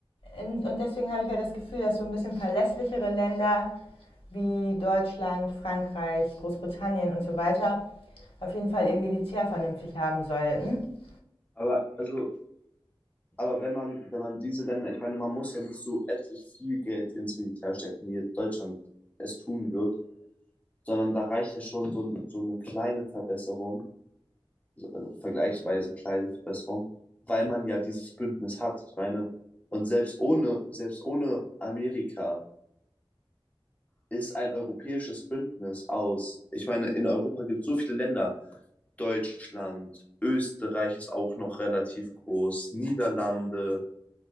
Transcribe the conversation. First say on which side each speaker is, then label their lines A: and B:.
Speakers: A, on the left; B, on the left.
A: und, und deswegen habe ich ja halt das Gefühl, dass so ein bisschen verlässlichere Länder wie Deutschland, Frankreich, Großbritannien und so weiter auf jeden Fall ihr Militär vernünftig haben sollten.
B: Aber, also, aber wenn man, wenn man diese Länder, ich meine, man muss ja nicht so etlich viel Geld ins Militär stecken, wie jetzt Deutschland es tun wird. sondern da reicht ja schon so, so eine kleine Verbesserung, also vergleichsweise kleine Verbesserung, weil man ja dieses Bündnis hat. Ich meine, und selbst ohne, selbst ohne Amerika ist ein europäisches Bündnis aus. Ich meine, in Europa gibt es so viele Länder. Deutschland, Österreich ist auch noch relativ groß, Niederlande,